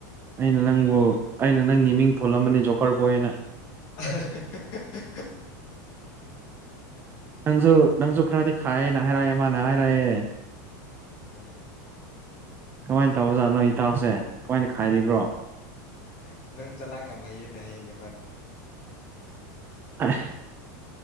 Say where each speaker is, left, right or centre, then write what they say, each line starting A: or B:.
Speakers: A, on the right; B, on the left.
A: ꯑꯩꯅ ꯅꯪꯕꯨ ꯑꯩꯅ ꯅꯪꯒꯤ ꯃꯤꯡ ꯊꯣꯜꯂꯝꯕꯅꯤ ꯖꯣꯀꯔꯕꯣꯏ ꯍꯥꯏꯅ
B: ꯑ
A: ꯅꯪꯁꯨ ꯅꯪꯁꯨ ꯈꯔꯗꯤ ꯈꯥꯏꯌꯦꯦ ꯅ ꯍꯥꯏꯔꯛꯑꯦ ꯃꯥꯅ ꯍꯥꯏꯔꯛꯑꯦ
B: ꯎꯝ
A: ꯀꯃꯥꯏꯅ ꯇꯧꯕꯖꯥꯠ ꯅꯣ ꯏꯇꯥꯎꯁꯦ ꯀꯃꯥꯏꯅ ꯈꯥꯏꯔꯤꯕ꯭ꯔꯣ
B: ꯑ ꯅꯪ ꯆꯠꯂꯥꯛꯒ ꯌꯥꯝ ꯍꯩꯌꯦꯅꯦ ꯍꯥꯌꯦꯅꯦ ꯃꯥꯅ
A: ꯑ